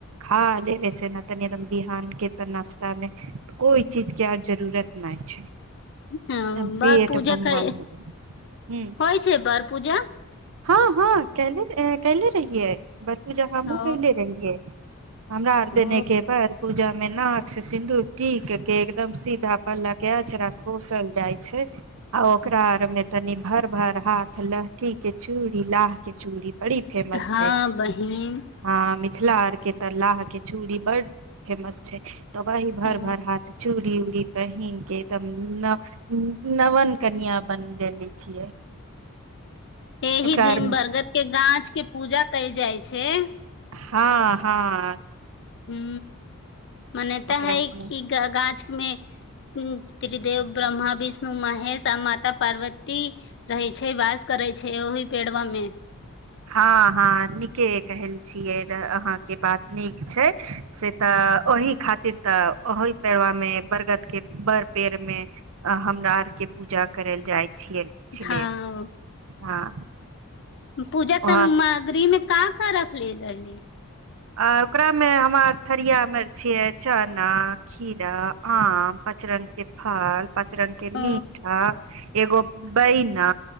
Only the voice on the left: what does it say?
हँ
बर पूजा
कइ
होइ छै बर पूजा
ओ
ओ
हँ
बहिन
ओ
एहि
दिन
बरगद के गाछ के पूजा कयल जाय छै छै
हू मानताऽ
है कि गाछ मे त्रिदेव ब्रह्म विष्णु महेश आ माता पार्वती रहै छै वास करै छै ओहि पेड़वा मे
हँ
पूजा
सामग्री में क कर कखली देलली
ओ